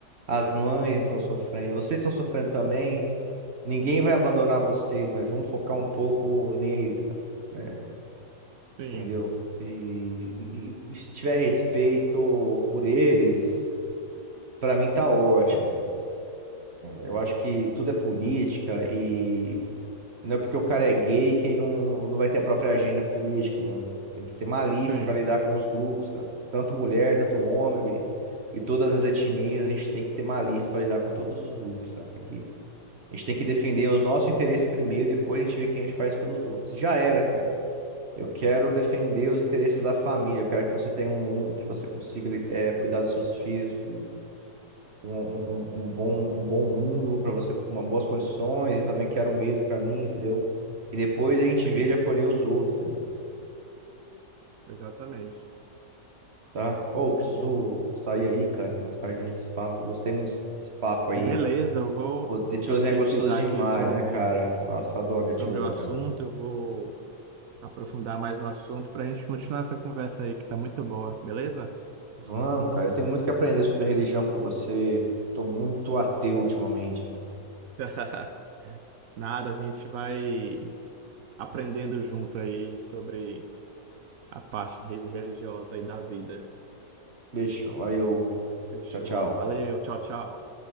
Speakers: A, on the right; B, on the right.
A: as mães estão sofrendo, vocês estão sofrendo também. Ninguém vai abandonar vocês, mas vamos focar um pouco neles, cara, né?
B: Sim,
A: entendeu? E, e- e se tiver respeito por eles, pra mim tá ótimo. Eu acho que tudo é política e não é porque o cara é gay que ele não, não vai ter a própria agenda política, entendeu? Tem que ter malícia
B: sim,
A: pra lidar com os grupos, cara. Tanto mulher, tanto homem e, e todas as etnias, a gente tem que ter malícia pra lidar com todos os grupos, cara. Tem que, a gente tem que defender os nossos interesses primeiro, depois a gente vê o que a gente faz pelos outros. Já era, cara. Eu quero defender os interesses da família. Eu quero que você tenha um mundo que você consiga li- eh, cuidar dos seus filhos com com um, um- um um bom, um bom mundo para você, com uma- boas condições. E também quero o mesmo para mim, entendeu? E depois a gente
B: sim.
A: vê de acolher os outros, entendeu?
B: Exatamente.
A: Tá? Ou
B: É,
A: preciso sair aí, cara. Mais tarde a gente se fala. Gostei muito desse desse papo aí.
B: Beleza, eu vou
A: Pô, The Chosen
B: pre- pesquisar
A: é gostoso demais,
B: aqui sobre,
A: né, cara? Nossa, eu adoro The
B: sobre
A: Chosen,
B: o assunto,
A: cara.
B: eu vou aprofundar mais no assunto para a gente continuar essa conversa aí, que está muito boa, beleza?
A: Vamos, cara. Eu tenho muito que aprender sobre religião com você. Eu tô muito ateu ultimamente.
B: <laughs> Nada, a gente vai aprendendo junto aí sobre a parte re- religiosa aí da vida.
A: Beijo, valeu.
B: Fechou.
A: Tchau, tchau.
B: Valeu, tchau, tchau.